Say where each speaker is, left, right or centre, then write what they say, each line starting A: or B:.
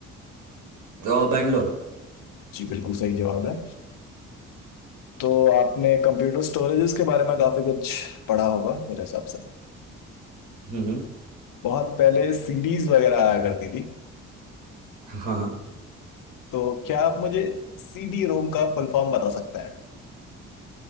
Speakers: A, on the right; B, on the left.
A: अ, बैंगलोर
B: जी बिल्कुल सही जवाब है तो आपने कंप्यूटर स्टोरेजेस के बारे में काफी कुछ पढ़ा होगा मेरे हिसाब से
A: हम्म हम्म,
B: बहुत पहले सीडीज वगैरह आया करती थी
A: हाँ
B: तो क्या आप मुझे सीडी रोम का फुल फॉर्म बता सकते हैं